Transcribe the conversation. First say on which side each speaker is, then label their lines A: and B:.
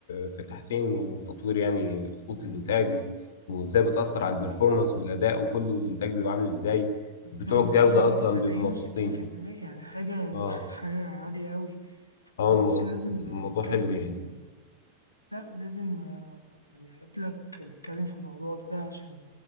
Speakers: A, on the left (about 60°); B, on the left (about 80°).
A: في تحسين وتطوير يعني خطوط الانتاج وازاي بتاثر على البرفورمانس والاداء وكله والانتاج بيبقى عامل ازاي بتوع
B: آه، بتقول
A: الجوده
B: إن
A: اصلا
B: هو 70
A: بيبقوا مبسوطين
B: و60% يعني حاجة
A: اه
B: <laughs> حاجة عالية قوي
A: اه
B: خلاص
A: الم-
B: لازم
A: الموضوع
B: بقى نتكلم
A: حلو يعني
B: لا لازم آه، يعني أقابلك نتكلم في الموضوع ده عشان